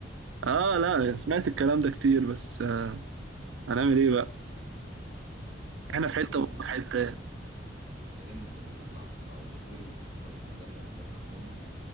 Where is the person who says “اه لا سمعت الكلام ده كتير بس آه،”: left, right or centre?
Right